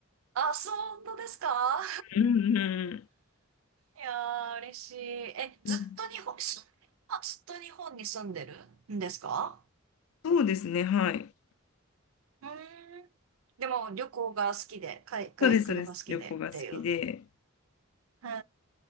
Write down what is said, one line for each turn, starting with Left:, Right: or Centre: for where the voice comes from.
Right: あ、そうなんですか
Left: うんうんう
Right: いやー、嬉しい。え、ずっと日本、
Left: ん。うん
Right: しあずっと日本に住んでるんですか
Left: そうですね、はい。
Right: うーん。でも旅行が好きで、海外行くのが好きでっていう。
Left: そうです、そうです。旅行が好きで。
Right: へえ、